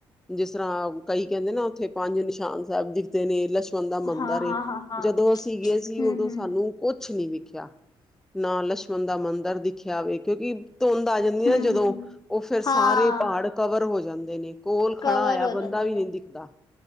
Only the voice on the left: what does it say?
ਹਾਂ
ਹਾਂ ਹਾਂ ਹਾਂ।
ਹੂੰ
ਹੂੰ
ਹੂੰ
ਹੂੰ
ਹਾਂ
ਕਵਰ
ਹੋ
ਜਾਂਦੇ
ਨੇ।